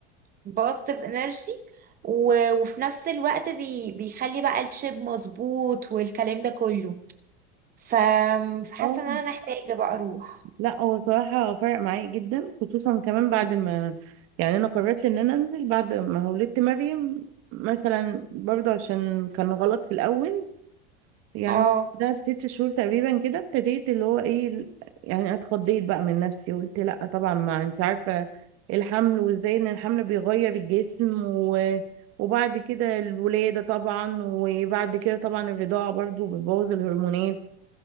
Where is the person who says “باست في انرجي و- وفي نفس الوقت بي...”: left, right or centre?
Right